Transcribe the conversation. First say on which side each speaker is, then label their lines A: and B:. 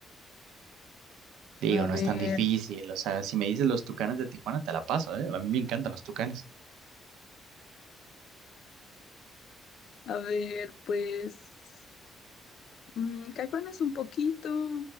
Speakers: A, on the right (about 85°); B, on the left (about 70°).
A: Digo,
B: A
A: no
B: ver,
A: es tan difícil. O sea, si me dices los Tucanes de Tijuana, te la paso, ¿eh? A mí me encantan los Tucanes.
B: a ver, pues. mm, Caifanes un poquito.